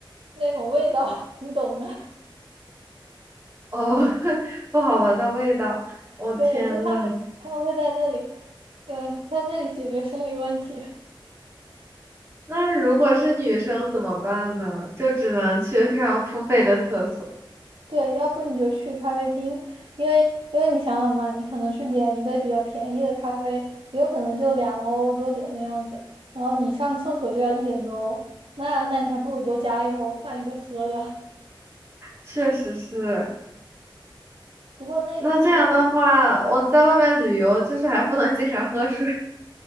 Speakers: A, on the right (about 85°); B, on the right (about 30°).
A: 那种味道，<laughs> 你懂的。
B: 哦，<laughs> 不好闻的味道。我、
A: 对，
B: 天呐，
A: 就他们他们会在那里，呃，在那里解决生理问题。<laughs>
B: 那如果是女生怎么办呢？就只能去上付费的厕所。
A: 对，要不你就去咖啡厅，因为因为你想想嘛，你可能去点一杯比较便宜的咖啡，也有可能就两欧多点的样子，然后你上厕所就要一点多欧，那那你还不如多加一欧换一杯喝的。
B: 确实是。
A: <laughs> 不过那不过
B: 那这样的话，我在外面旅游就是还不能经常喝水。